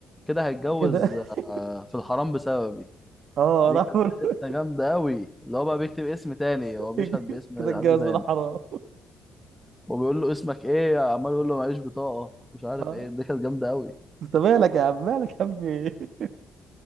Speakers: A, in the centre; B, on the right.
A: كده هيتجوز
B: كده <laughs>
A: آه، في الحرام بسببي
B: اه
A: دي
B: راح
A: كانت
B: بقول-
A: حته جامده قوي اللي هو بقى بيكتب اسم تاني
B: <laughs>
A: هو بيشهد باسم
B: كده اتجوز
A: حد تاني
B: ولا حرام
A: وبيقول له اسمك ايه عمال يقول له معيش بطاقه مش عارف
B: آه.
A: ايه دي كانت جامده قوي
B: انت مالك يا عم مالك يا عم في ايه؟